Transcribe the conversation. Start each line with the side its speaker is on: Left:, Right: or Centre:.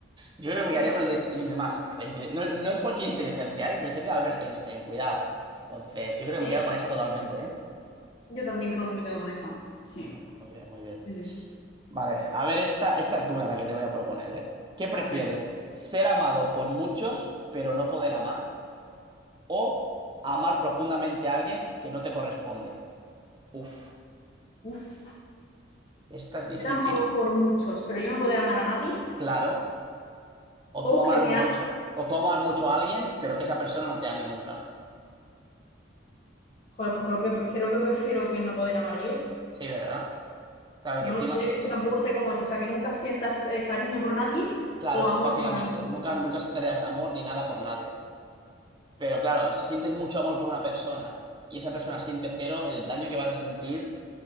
Right: yo creo
Left: sí,
Right: que me quedaría con el de, y el de masa. La inte- No, no es cualquier inteligencia, ¿eh? Inteligencia de Albert Einstein, cuidado. Entonces yo
Left: sí.
Right: creo que me quedo con esa totalmente, ¿eh?
Left: Yo también creo que me quedo con esa. Sí,
Right: Muy bien, muy bien, muy bien.
Left: sí, sí.
Right: Vale, a ver, esta, esta es dura la que te voy a proponer, ¿eh? ¿Qué prefieres?
Left: A ver.
Right: ¿Ser amado por muchos, pero no poder amar? ¿O amar profundamente a alguien que no te corresponde? Uf.
Left: Uf.
Right: Esta es difícil.
Left: Ser amado por muchos, pero yo no poder amar a nadie.
Right: Claro, o
Left: O
Right: tú amar
Left: que me
Right: mucho,
Left: ha...
Right: o tú amar mucho a alguien, pero que esa persona no te ame nunca.
Left: Joder, pues creo que, creo que prefiero que no poder amar yo.
Right: Sí, ¿verdad? Claro
Left: No
Right: que encima,
Left: lo sé,
Right: es-
Left: es que tampoco
Right: es-
Left: sé cómo es, o sea, que nunca sientas eh, cariño por nadie
Right: claro,
Left: o amor
Right: básicamente,
Left: romántico.
Right: nunca, nunca sentirás amor ni nada por nadie. Pero claro, si sientes mucho amor por una persona y esa persona siente cero, el daño que vas a sentir,